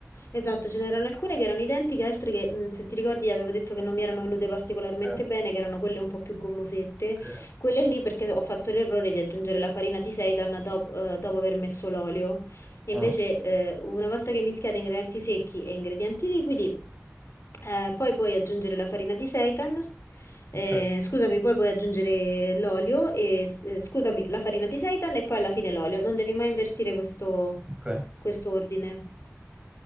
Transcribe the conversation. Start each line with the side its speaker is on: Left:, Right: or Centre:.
Left: Esatto, ce n'erano alcune che erano identiche, altre che, mh, se ti ricordi, avevo detto che non mi erano venute particolarmente
Right: Eh,
Left: bene, che erano quelle un po' più gommosette.
Right: ok.
Left: Quelle lì perché ho fatto l'errore di aggiungere la farina di seitan dop- eh, dopo aver messo l'olio. E
Right: Ah,
Left: invece, eh, una volta che mischiate ingredienti secchi e ingredienti liquidi, eh, poi puoi aggiungere la farina di seitan. eh,
Right: ok,
Left: scusami, poi puoi aggiungere l'olio e, eh, scusami, la farina di seitan e poi alla fine l'olio. Non devi mai invertire questo,
Right: ok.
Left: questo ordine.